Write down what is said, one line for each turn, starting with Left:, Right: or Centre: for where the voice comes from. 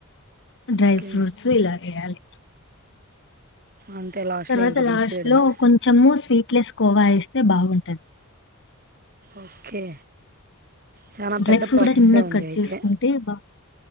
Left: డ్రై
Right: ఓకే
Left: ఫ్రూట్స్ ఇలా ఎయ్యాలి
Right: అంతే లాస్ట్లో
Left: తర్వాత
Right: ఇంకా
Left: లాస్ట్
Right: దించేయడమే
Left: లో కొంచెము స్వీట్ లెస్ కోవా ఏస్ అంటే బాగుంటుంది
Right: ఓకే చాలా
Left: డ్రై
Right: పెద్ద
Left: ఫ్రూట్
Right: ప్రాసెస్సే
Left: కూడా చిన్నగా
Right: ఉంది
Left: కట్
Right: అయితే
Left: చేసుకుంటే బా